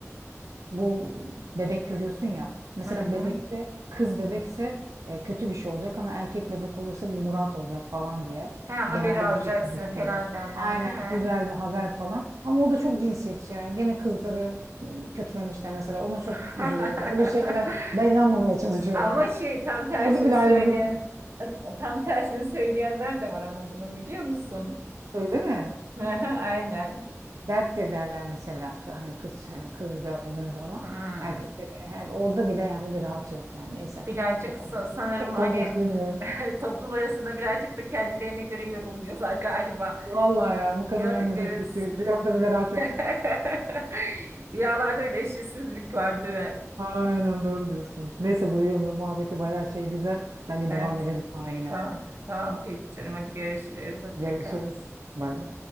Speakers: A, on the right (about 80°); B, on the right (about 55°).
A: Bu bebek görüyorsun ya. Mesela
B: Hı hı.
A: bebekte kız bebekse e, kötü bir şey olacak ama erkek bebek olursa bir murat olacak falan diye.
B: Ha, haberi
A: Genelde
B: alacaksın
A: bu şekilde
B: falan
A: söyle.
B: derler
A: Aynen
B: değil mi?
A: güzel bir haber falan. Ama o da çok cinsiyetçi ya. Gene kızları e, kötülemişler mesela. Ona çok
B: <laughs>
A: üzülüyorum. Öyle şeyler ben inanmamaya çalışıyorum.
B: Ama şey tam tersini
A: Orada bile
B: söyleyen
A: ayrımcılık.
B: tam tersini söyleyenler de var ama bunun biliyor musun?
A: Öyle mi?
B: <laughs> Aynen.
A: Derttir derler mesela. Kı- Hani kız hani kız gördüğün zaman
B: Hmm.
A: erkekte de he, orada bile yani bir rahat yok yani. Neyse.
B: Birazcık
A: O konuya,
B: sa- sanırım
A: o konuya
B: hani
A: hiç girmiyorum.
B: <laughs> toplum arasında birazcık da kendilerine göre yorumluyorlar galiba.
A: Vallahi ya bu kadınların
B: Gördükleri
A: ne dürtüsü rüyada bile rahat yok.
B: <laughs> rüyalarda öyle eşitsizlik var değil mi?
A: Aynen doğru diyorsun. Neyse bu rüya muhabbeti bayağı şey güzel. Bence
B: Evet.
A: devam ederiz sonra yine.
B: Tamam. Tamam peki canım. Hadi görüşürüz. Hoşça
A: Görüşürüz.
B: kal.
A: Bay bay.